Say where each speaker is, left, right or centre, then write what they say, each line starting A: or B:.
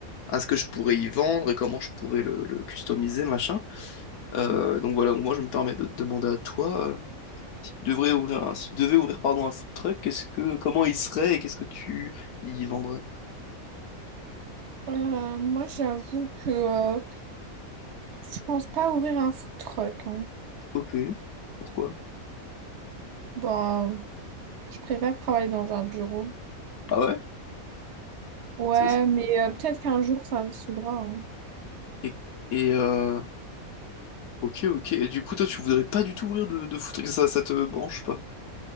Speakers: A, on the left; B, on the right.
A: à ce que je pourrais y vendre et comment je pourrais le, le customiser, machin. Euh, donc voilà, moi je me permets de te demander à toi, euh, si tu devrais ouvrir un, si tu devais ouvrir pardon, un food truck, qu'est-ce que, comment il serait et qu'est-ce que tu y vendrais?
B: Euh, moi, j'avoue que euh, je pense pas ouvrir un food truck. hein.
A: Ok, pourquoi?
B: Bon, euh, je préfère travailler dans un bureau.
A: Ah ouais?
B: Ouais,
A: Ça- ça-
B: mais euh, peut-être qu'un jour, ça me saoulera. hein.
A: Et, et, euh, ok, ok. Et du coup, toi tu voudrais pas du tout ouvrir de, de food truck, ça, ça te branche pas?